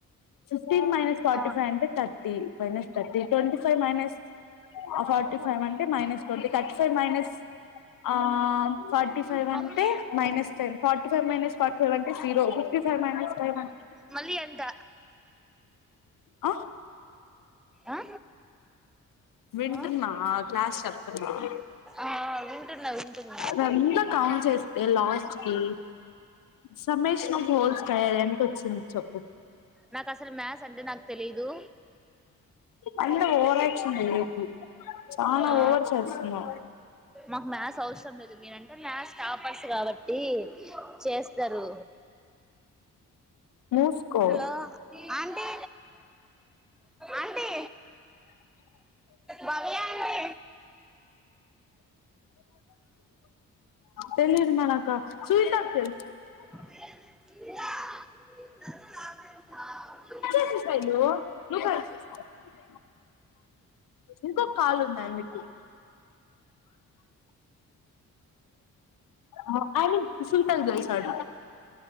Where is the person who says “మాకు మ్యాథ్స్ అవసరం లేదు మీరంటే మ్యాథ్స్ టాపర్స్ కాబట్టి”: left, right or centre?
Centre